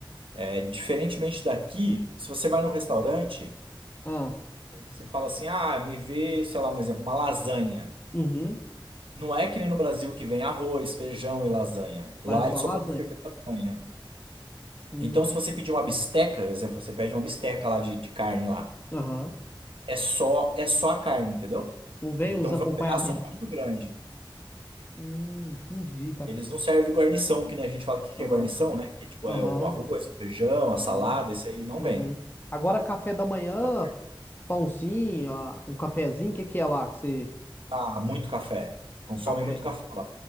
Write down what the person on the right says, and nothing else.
é, diferentemente daqui, se você vai num restaurante,
e você fala assim, ah, me vê, sei lá, um exemplo, uma lasanha.
Não é que nem no Brasil que vem arroz, feijão e lasanha. Lá
eles só
vão te servir lasanha.
Então, se você pedir uma bisteca, por exemplo, você pede uma bisteca lá de, de carne lá.
É só, é só a carne, entendeu?
Então
vem um pedaço muito grande.
Eles não servem guarnição, que nem a gente fala que que
é guarnição, né? Que tipo
é o arroz, o feijão, a salada,
isso aí não
vem.
Muita parte.
Ah, muito café. Consomem
muito café lá.